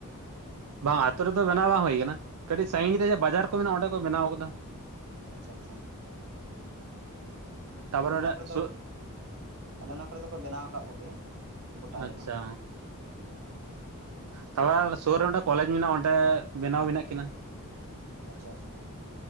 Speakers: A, on the right (about 85°); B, on the right (about 70°).
A: ᱵᱟᱝ ᱟᱹᱛᱩ ᱨᱮᱫᱚ ᱵᱮᱱᱟᱣ ᱵᱟᱝ ᱦᱩᱭ ᱟᱠᱟᱱᱟ ᱠᱟᱹᱴᱤᱡ ᱥᱟᱹᱜᱤᱧ ᱨᱮ ᱵᱟᱡᱟᱨ ᱠᱚ ᱢᱮᱱᱟᱜᱼᱟ ᱚᱸᱰᱮ ᱠᱚ ᱵᱮᱱᱟᱣ ᱟᱠᱟᱫᱟ
B: ᱟᱪᱷᱟ ᱟᱪᱷᱟ
A: ᱛᱟᱯᱚᱨᱮ
B: ᱟᱞᱮ ᱚᱱᱟ
A: ᱚᱸᱰᱮ
B: ᱠᱚᱨᱮ ᱫᱚ
A: ᱥᱩᱨ
B: ᱟᱞᱮ ᱚᱱᱟ ᱠᱚᱨᱮ ᱫᱚᱠᱚ ᱵᱮᱱᱟᱣ ᱟᱠᱟᱫ ᱠᱚᱜᱮᱭᱟ ᱜᱚᱴᱟ
A: ᱟᱪᱷᱟ
B: ᱜᱮ ᱱᱟᱜ ᱦᱩᱸ
A: ᱛᱚᱵᱮ ᱥᱩᱨ ᱨᱮ ᱢᱤᱫᱴᱟ ᱠᱚᱞᱮᱡᱽ ᱢᱮᱱᱟᱜᱼᱟ ᱚᱰᱮ ᱚᱸᱰᱮ ᱵᱮᱱᱟᱣ ᱢᱮᱱᱟᱜ ᱠᱤᱱᱟ
B: ᱟᱪᱪᱷᱟ ᱟᱪᱪᱷᱟ